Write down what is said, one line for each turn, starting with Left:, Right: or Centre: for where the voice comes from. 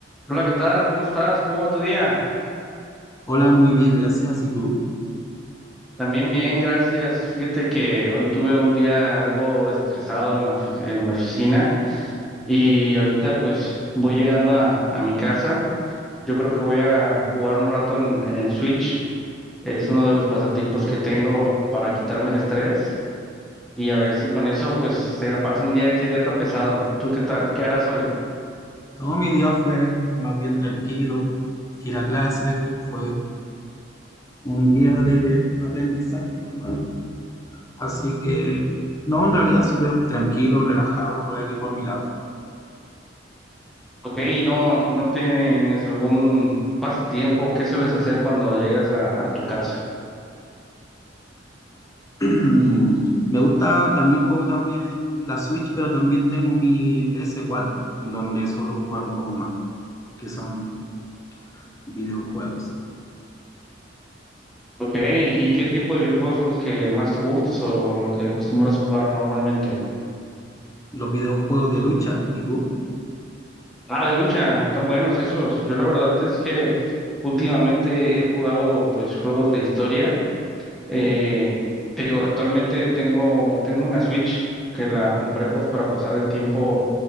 Centre: Hola, ¿qué tal? ¿Cómo estás? ¿Cómo va tu día?
Left: Hola, muy bien, gracias. ¿Y tú?
Centre: También bien, gracias. Fíjate que hoy tuve un día algo estresado en la ofi- en la oficina y ahorita pues voy llegando a, a mi casa. Yo creo que voy a jugar un rato en, en el Switch. Es uno de los pasatiempos que tengo para quitarme el estrés y a ver si con eso pues se me pasa un día este día tan pesado. ¿Tú qué tal? ¿Qué harás hoy?
Left: Todo mi día fue más bien tranquilo. Ir a clase fue un día de aprendizaje normal. Así que, no, en realidad súper tranquilo, relajado por aquí por mi lado.
Centre: Ok, ¿y no, no tienes algún pasatiempo? ¿Qué sueles hacer cuando llegas a a tu casa?
Left: <clears throat> Me gusta, también juego también en la Switch, pero también tengo mi PS4, en donde suelo jugar un poco más, que son videojuegos.
Centre: Ok, ¿y qué tipo de videojuegos son los que más te gustas o, o lo que acostumbras jugar normalmente?
Left: Los videojuegos de lucha, ¿y tú?
Centre: Ah, de lucha, tan buenos esos. Yo la verdad es que últimamente he jugado pues juegos de historia. Eh, te digo, actualmente tengo, tengo una Switch que la compré pues para pasar el tiempo